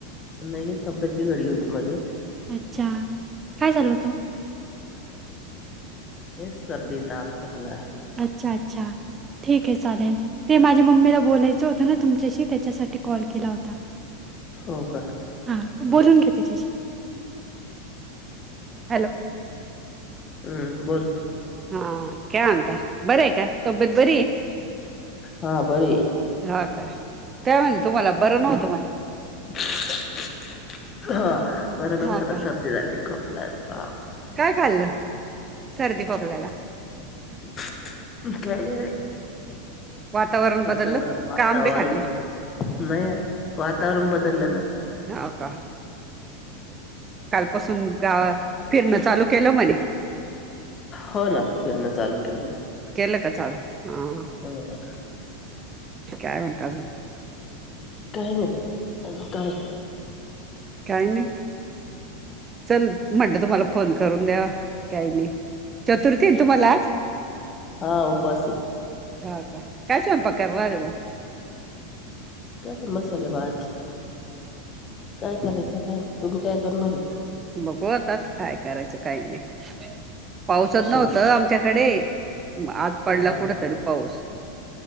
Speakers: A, on the left; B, on the right.
A: नाही ग तब्येत बी घडली होती मध्ये
B: अच्छा काय चालवतो?
A: एस सर्दी तप खोकला
B: अच्छा अच्छा ठीक आहे चालेल ते माझ्या मम्मीला बोलायचं होतं ना तुमच्याशी त्याच्यासाठी कॉल केला होता
A: हो का
B: हा बोलून घ्या तिच्याशी हॅलो.
A: हम्म बोल.
B: हा काय म्हणता बरय का तब्येत बरी
A: हा बरी.
B: ह काय त्या म्हणी तुम्हाला बरं नव्हतं म्हणे
A: <unintelligible> हा बरं नव्हतं
B: हा
A: ना
B: काय
A: सर्दी झाली खोकला ताप
B: काय खाल्लं सर्दी खोकल्याला
A: काही नाही बाई
B: वातावरण बदललं
A: वातावरण-वातावरण
B: का आंबे खाल्ले
A: बर मया वातावरण बदलला ना
B: हो का पासून गावा फिरणं चालू केलं म्हणे.
A: हो ना फिरण चालू केले
B: केलं का चालू हा
A: हम
B: काय म्हणतात अजुन
A: काही नाही बाई अजून काय?
B: काही नाही. चल म्हटलं तुम्हाला फोन करून द्या काही नाही. चतुर्थी तुम्हाला आज
A: हा उपास आहे
B: ह का काय स्वयंपाक करणार ओ
A: काय मसाले भात. काय करायचं काय तुम्ही काय करणार आहे?
B: बघू आता आता काय करायचं काही नाही पाऊसच नव्हत
A: शेव
B: आमच्याकडे आज पडला
A: हा
B: कुठ तरी पाऊस.